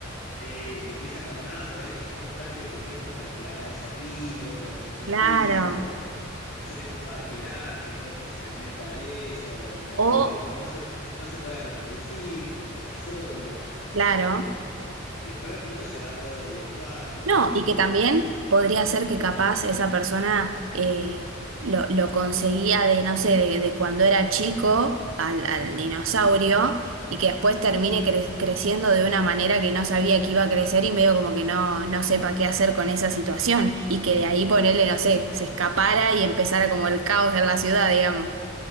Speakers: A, on the left; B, on the right.
A: Sí, y empiezan con nada, pero el que yo traje, el que tengo en realidad es herbívoro, es chiquito,
B: Claro.
A: no, yo tengo un parque grande, come, se alimenta de eso, no hay
B: O,
A: problema, no se, no se puede reproducir porque está solo,
B: claro.
A: este, y, y después de pronto se va todo desvirtuando, después
B: No,
A: hay otro
B: y que
A: que
B: también
A: gana y dice,
B: podría ser que capaz esa persona eh, lo, lo conseguía de, no sé, de, de cuando era chico al, al dinosaurio y que después termine cre- creciendo de una manera que no sabía que iba a crecer y medio como que no, no sepa qué hacer con esa situación y que de ahí ponerle, no sé, se escapara y empezara como el caos en la ciudad, digamos.